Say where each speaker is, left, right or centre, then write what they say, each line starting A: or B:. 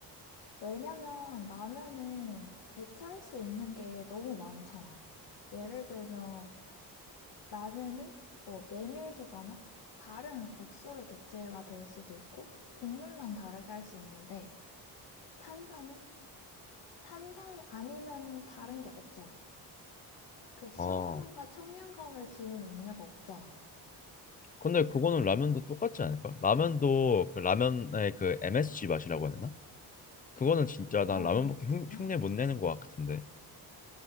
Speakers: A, on the left; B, on the left.
A: 왜냐면 라면은 대체할 수 있는 게 너무 많잖아. 예를 들면 라면이 뭐 메밀소바나 다른 국수로 대체가 될 수도 있고 국물만 다르게 할 수 있는데 탄산은 탄산 아니면은 다른 게 없잖아. 그 시원함과
B: 아
A: 청량감을 주는 음료가 없잖아.
B: 근데 그거는 라면도 똑같지 않을까? 라면도 그 라면의 그 MSG 맛이라고 해야 되나? 그거는 진짜
A: 아,
B: 난 라면
A: m s
B: 먹기 흉,
A: 지만
B: 흉내 못 내는 것 같은데